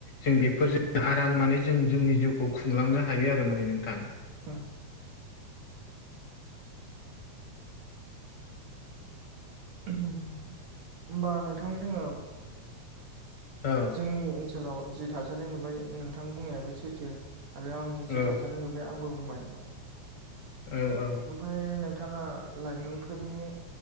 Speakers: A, on the left (about 50°); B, on the right (about 60°).
A: जों बेफोरजों आराम माने जों जोंनि जिउखौ खुंलांनो हायो आरो माने नोंथां।
B: उम होमबा नोंथां जोंङो
A: औ
B: जोंनि ओनसोलाव जि थासारि नुबाय नोंथां बुंनायाबो सैथो आरो आं
A: औ
B: जि थासारि नुबाय आंबो बुंबाय
A: औ औ
B: ओमफ्राय नोंथांङा लाइमोनफोरनि